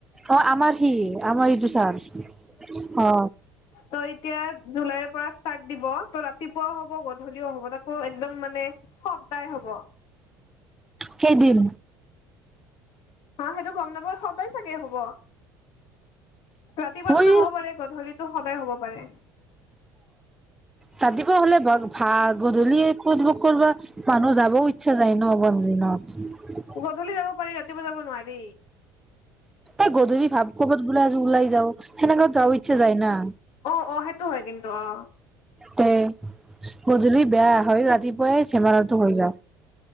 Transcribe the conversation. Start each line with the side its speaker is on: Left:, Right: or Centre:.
Centre: অ, আমাৰ সি, আমাৰ সেইটো চাৰ, অ।
Left: ত' এতিয়া জুলাইৰ পৰা ষ্টাৰ্ট দিব। ত' ৰাতিপুৱাও হ'ব, গধূলিও হ'ব। তাকো একদম মানে সপ্তাই হ'ব।
Centre: কেদিন?
Left: হা? সেইটো গম নাপাও। সদায় চাগে হব? ৰাতিপুৱাটো
Centre: ই
Left: নহ'ব পাৰে, গধূলিতো সদায় হ'ব পাৰে।
Centre: ৰাতিপুৱা হ'লে ভা ভা। গধূলি কতবা কৰবা মানুহ যাবও ইচ্ছা যায় ন‌ বন্ধ দিনত।
Left: গধূলি যাব পাৰি, ৰাতিপুৱা যাব নোৱাৰি।
Centre: এ গধূলি ভাৱ ক'বাত বোলে আজি ওলাই যাও। সেনেকা যাও ইচ্ছা যায় না।
Left: অ অ, সেইটো হয় কিন্তু, অ।
Centre: তে গধূলি বেয়া। হয় ৰাতিপুৱাই ঝেমেলাটো হৈ যা।